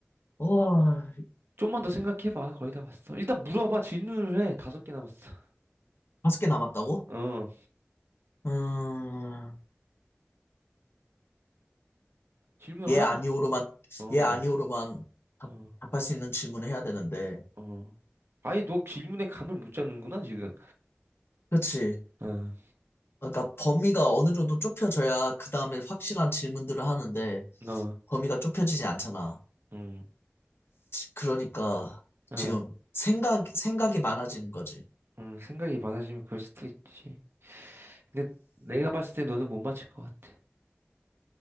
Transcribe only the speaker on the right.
좀만 더 생각해봐, 거의 다 왔어. 일단 물어봐, 질문을 해. 다섯 개 남았어.
어,
질문하라니까.
어,
어,
어. 아예 너 질문에 감을 못 잡는구나, 지금.
어,
너,
음.
어.
음, 생각이 많아지면 그럴 수도 있지. 근데 내가 봤을 때 너는 못 맞힐 것 같아.